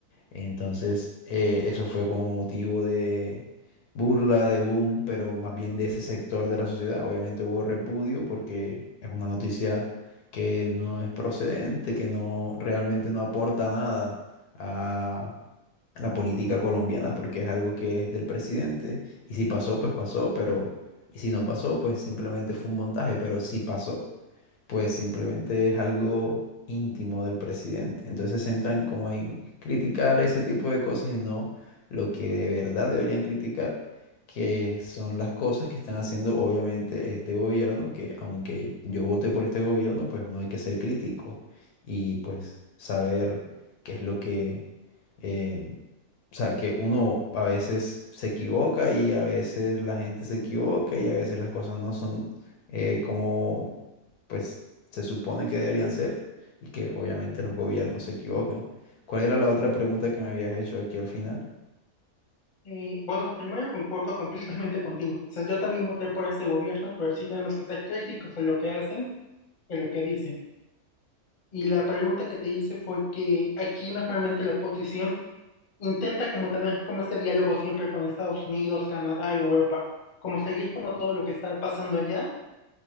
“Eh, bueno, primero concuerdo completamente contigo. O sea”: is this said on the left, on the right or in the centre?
Left